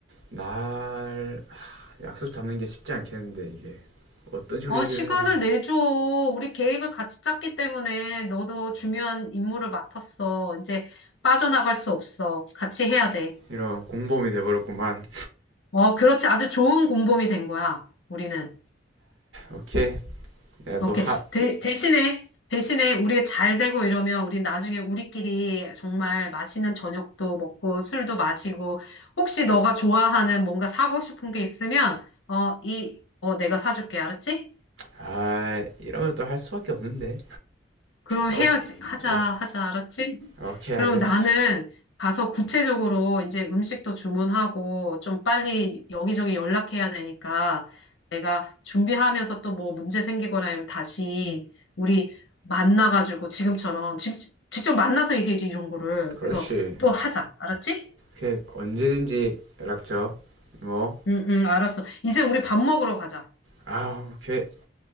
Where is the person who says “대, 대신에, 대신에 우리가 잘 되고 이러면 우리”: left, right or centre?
Left